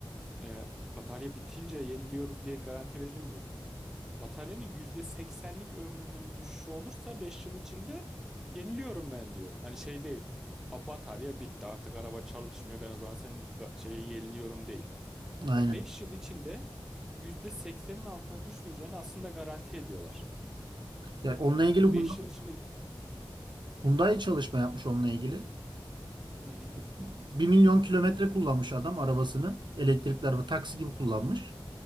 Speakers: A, in the centre; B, on the right.
A: Ee, batarya bitince yeniliyoruz diye garanti verilmiyor. Bataryanın yüzde seksenlik ömrünün düşüşü olursa 5 yıl içinde yeniliyorum ben diyor. Hani şey değil. A, batarya bitti artık araba çalışmıyor ben o zaman senin ga- şeyi yeniliyorum değil.
B: Aynen.
A: Ya 5 yıl içinde yüzde seksenin altına düşmeyeceğini aslında garanti ediyorlar.
B: Ya onunla ilgili
A: Ya
B: Hyundai
A: 5 yıl içinde... yüz-
B: Hyundai çalışma yapmış onunla ilgili.
A: Hı hı.
B: bir milyon kilometre kullanmış adam arabasını. Elektrikli araba taksi gibi kullanmış.